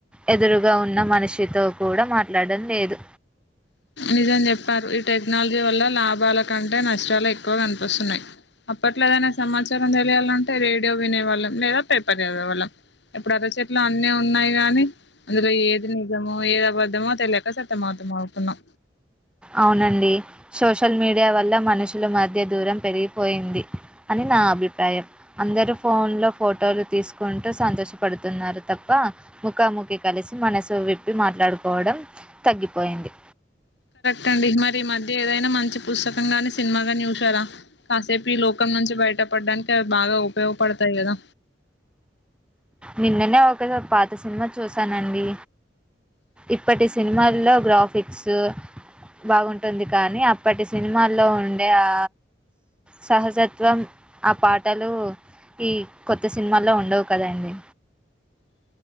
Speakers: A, in the centre; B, on the left.
A: ఎదురుగా ఉన్న మనిషితో కూడా మాట్లాడం లేదు.
B: నిజం చెప్పారు ఈ టెక్నాలజీ వల్ల లాభాల కంటే నష్టాలే ఎక్కువగా కన్పిస్తున్నయి. అప్పట్లో ఏదైనా సమాచారం తెలియాల్నంటే రేడియో వినేవాళ్ళం లేదా పేపర్ చదివే వాళ్ళం ఇప్పుడు అరచేత్లో అన్నీ ఉన్నాయి గాని అందులో ఏది నిజమో ఏది అబద్ధమో తెలియక సతం మత మౌ తున్న
A: అవునండి సోషల్ మీడియా వల్ల మనుషుల మధ్య దూరం పెరిగిపోయింది అని నా అభిప్రాయం. అందరు ఫోన్లో ఫోటోలు తీస్కుంటూ సంతోష పడుతున్నారు. తప్ప ముఖాముఖి కలిసి మనసు విప్పి మాట్లాడుకోవడం తగ్గిపోయింది.
B: టండి మరి మధ్య ఏదైనా మంచి పుస్తకం గాని సినిమాగని చూసారా కాసేప్ ఈ లోకం నుంచి బయటపడ్డానికి అది బాగా ఉప్ ఉపయోగ్ పడ్తాయి గదా
A: నిన్ననే ఒక పాత సినిమా చూసానండి. ఇప్పటి సినిమాల్లో గ్రాఫిక్స్ బాగుంటుంది కానీ అప్పటి సినిమాల్లో ఉండే ఆ సహజత్వం ఆ పాటలు ఈ కొత్త సినిమాల్లో ఉండవు కదా అండి